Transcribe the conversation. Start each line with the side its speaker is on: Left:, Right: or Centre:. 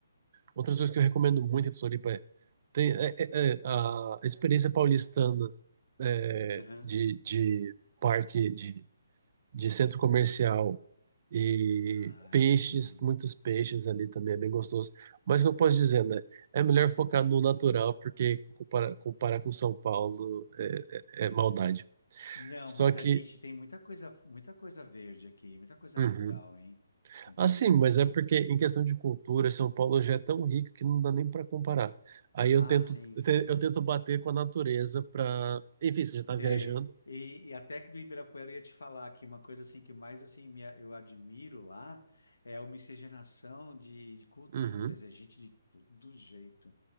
Right: Outras coisas que eu recomendo muito em Floripa é, tem, é- é- é a experiência paulistana é,
Left: Aham.
Right: de, de parque de de centro comercial e
Left: Ah,
Right: peixes,
Left: a gente tem.
Right: muitos peixes ali também é bem gostoso. Mas o que eu
Left: Olha.
Right: posso dizer, né? É melhor focar no natural, porque comparar, comparar com São Paulo é, é- é maldade.
Left: Não,
Right: Só
Left: mas
Right: que,
Left: a gente tem muita coisa, muita coisa verde aqui, muita coisa
Right: uhum.
Left: natural, hein? São
Right: Assim,
Left: Paulo tem.
Right: mas é porque em questão de cultura, São Paulo já é tão rico que não dá nem para comparar. Aí
Left: Ah,
Right: eu tento,
Left: sim,
Right: eu
Left: sim.
Right: te- eu tento bater com a natureza para, enfim, você já está viajando.
Left: É, e, e até que do Ibirapuera eu ia te falar que uma coisa assim que mais assim me, a- eu admiro lá é a miscigenação de, de culturas,
Right: Uhum.
Left: é gente de todo jeito.